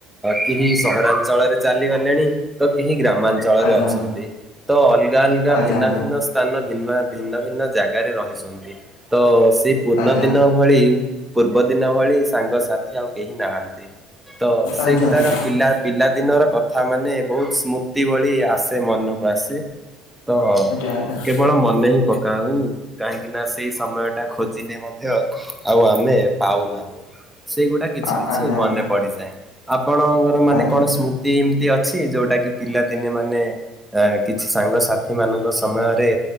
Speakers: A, in the centre; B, on the left.
A: କେହି ସହରାଞ୍ଚଳରେ ଚାଲିଗଲେଣି ତ ଏହି ଗ୍ରାମାଞ୍ଚଳରେ
B: ଆଜ୍ଞା
A: ଅଛନ୍ତି। ତ ଅଲଗା ଅଲଗା
B: ଆଜ୍ଞା
A: ଭିନ୍ନ ଭିନ୍ନ ସ୍ଥାନ ଭିନ୍ନା ଭିନ୍ନ ଭିନ୍ନ ଜାଗାରେ ରହିଛନ୍ତି ତ ସ୍ ସେ ପୂର୍ଣ୍ଣ
B: ଆଜ୍ଞା
A: ଦିନ ଭଳି। ପୂର୍ବ ଦିନ ଭଳି ସାଙ୍ଗସାଥି ଆଉ କେହି ନାହାନ୍ତି। ତ ସେଇ
B: ଆଜ୍ଞା। ଆଜ୍ଞା ଆଜ୍ଞା
A: ଗୁଡ଼ାର ପିଲା ପିଲାଦିନର କ କଥା ମାନେ ବୋହୁତ୍ ସ୍ମୃତି ଭଳି ଆସେ ମନକୁ ଆସେ। ତ
B: ଆଜ୍ଞା ଆଜ୍ଞା ଆଜ୍ଞା ଆଜ୍ଞା
A: କେବଳ ମନେ ହିଁ ପକାଉ କାହିଁକି ନା ସେଇ ସମୟ ଟା ଖୋଜିଲେ ମଧ୍ୟ ଆଉ ଆମେ ପାଉନାହୁଁ। ସେଗୁଡ଼ାକ କିଛି
B: ଆ-
A: କିଛି
B: ଆଜ୍ଞା ଆଜ୍ଞା
A: ମନେ ପଡ଼ିଯାଏ। ଆପଣଙ୍କର ମାନେ
B: ଆଜ୍ଞା।
A: କଣ ସ୍ମୃତି ଏମିତି ଅ ଛି ଯୋଉଁଟା କିି ପିଲାଦିନେ ମାନେ କିଛି ସାଙ୍ଗସାଥି ମାନଙ୍କ ସମୟରେ